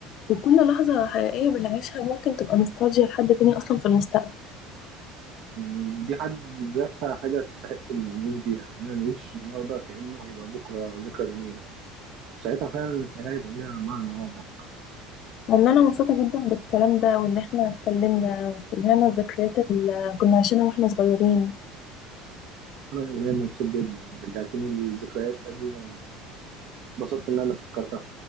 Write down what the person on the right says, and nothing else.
يعني دي حد ذاتها حاجة تستحق إن نعيش بيها إن أنا نعيش النهاردة كأنه هيبقى بكرة ذكرى جميلة ساعتها فعلا الحياة هيبقى ليها معنى أعمق
أنا يوميا مبسوط جدا يعني رجعتني لذكريات قديمة اتبسطت إن أنا فكرتها